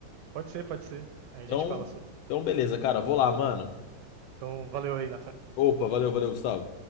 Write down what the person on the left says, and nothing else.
Então,
então, beleza, cara. Vou lá, mano.
Opa, valeu, valeu, Gustavo.